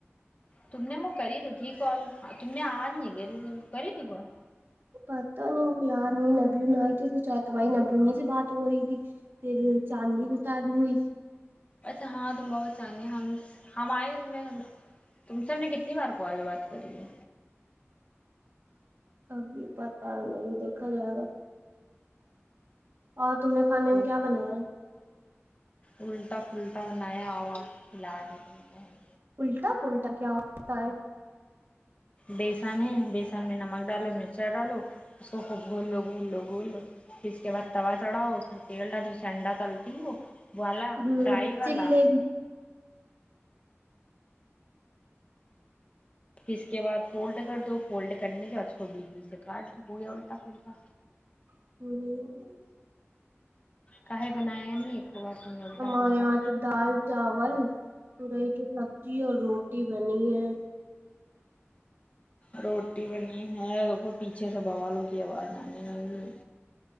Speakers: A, on the left; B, on the right.
A: تم نے م کر تو تھی کال تم نے آج نہیں کرری ت کر تھی کوال
B: پتا نمک ار نین ابھی ن آئیتی چ تو بائی نبینی سے بات ہو رہی تھی پھر چاندنی بتاد ہوئی
A: اچھا ہاں تم بہتچاہنی ہم ہم آئے ہو تم نے تم سے ہم نے کتنی بار کال بات کری ہے
B: ابھی پتا نہیں دیکھا جائے گا اور تم نے کھانے
A: تو
B: میں کیا بنایا ہے
A: الٹا پھلٹا نیا ہوا کو کھلا دے دیتے ہیں
B: اللٹا پٹا کیا ہوتا ہے
A: بیسن ہے بیسن میں نمک ڈالو مرچ ڈالو اس کو خوب گھول لو گول لو گول لو پھر اس کے بعد توا چڑھاؤ اس میں تیل ڈالو انڈا تلتی ہو والا
B: ہ
A: فرائی والا
B: چلے
A: پھر اس کے بعد فولڈ کر دو فولڈ کرنے کے بعد اس کو بیجلی سے کاٹ دو پورے الٹا پھلٹا
B: ہوں
A: کاہے بنایا نہیں ایک کو بار تم نے الٹا
B: ہمارے
A: پھلٹا
B: یہاں تو دال چاول تورئی کی سبزی اور روٹی رٹی بنی ہے
A: روٹی بنی ہے پیچھے سے بوالوں کی آواز آنے لگی